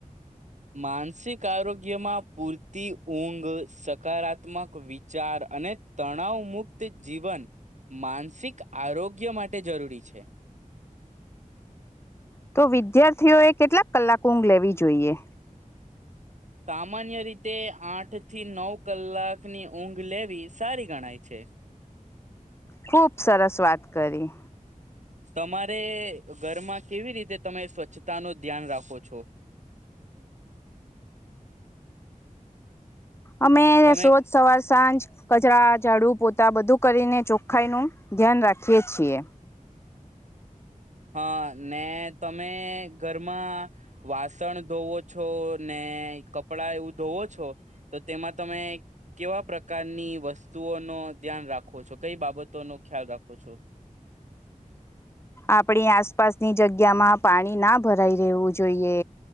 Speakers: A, on the right (about 60°); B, on the left (about 20°).
A: માનસિક આરોગ્યમાં પૂરતી ઊંઘ સકારાત્મક વિચાર અને તણાવ મુુક્ત જીવન માનસિક આરોગ્ય માટે જરૂરી છે.
B: તો વિદ્યાર્થીઓ એ કેટલાક કલાક લેવી જોઈએ.
A: સામાન્ય રીતે આઠ થી નવ કલાકની ઊંઘ લેવી સારી ગણાય છે.
B: ખુબ સરસ વાત કરી.
A: તમારે ઘરમાં કેવી રીતે તમે સ્વચ્છતા નું ધ્યાન રાખો છો.
B: અમે <unintelligible>
A: તમે
B: સવાર સાંજ. કચરા <unintelligible> પોતા બધું કરીને ચોખ્ખાઈ નું ધ્યાન રાખીએ છીએ.
A: હા ને તમે ઘરમાં. વાસણ ધોવો છો ને. <unintelligible> એવું ધોવો છો તો તેમાં તમે કેવા પ્રકારની <unintelligible> <unintelligible> નો ધ્યાન રાખો છો. કઈ બાબતો નો ખ્યાલ રાખો છો.
B: આપણી આસપાસની જગ્યામાં પાણી ના ભરાઈ રહેવું જોઈએ